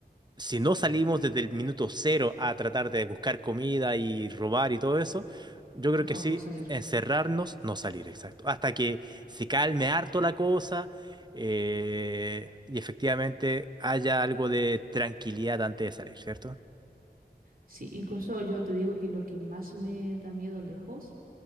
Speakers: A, on the right (about 25°); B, on the right (about 55°).
A: si no salimos desde el minuto cero a tratar de buscar comida y robar y todo eso, yo creo
B: Mejor
A: que sí,
B: no salir.
A: encerrarnos, no salir, exacto. Hasta que se calme harto la cosa eh, y efectivamente haya algo de tranquilidad antes de salir, cierto
B: Sí, incluso yo te digo que lo que más me da miedo lejos